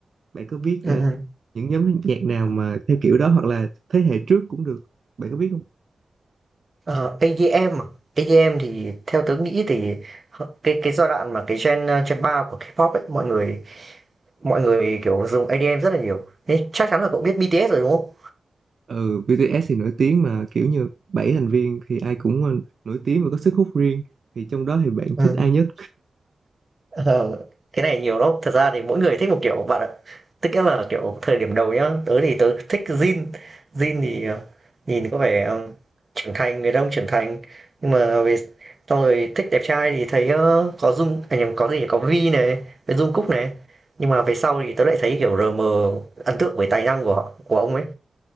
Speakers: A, on the right (about 50°); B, on the right (about 25°).
A: bạn có biết
B: Ừm,
A: à,
B: ừm.
A: những nhóm nhạc nào mà theo kiểu đó hoặc là thế hệ trước cũng được bạn có biết không
B: Ờ, EDM à? EDM thì theo tớ nghĩ thì h- cái cái giai đoạn mà cái gen ờ, gen 3 của K-pop ấy mọi người mọi người kiểu dùng EDM rất là nhiều. Thế chắc chắn là cậu biết BTS rồi đúng không?
A: ừ BTS thì nổi tiếng mà kiểu như bảy thành viên thì ai cũng ờ, nổi tiếng và có sức hút riêng thì trong đó thì bạn
B: Ừ.
A: thích ai nhất
B: Ờ, cái này nhiều lắm, thật ra thì mỗi người thích một kiểu bạn ạ. Tức nghĩa là, kiểu, thời điểm đầu nhá, tớ thì tớ thích jean, jean thì, ờ, nhìn có vẻ, ờ, trưởng thành, người đàn ông trưởng thành, nhưng mà về xong rồi thích đẹp trai thì thấy, ơ, có dung à, nhầm, có gì nhỉ, có vi này, với Dung cúc này. Nhưng mà về sau thì tớ lại thấy, kiểu, RM ấn tượng với tài năng của họ của ông ấy.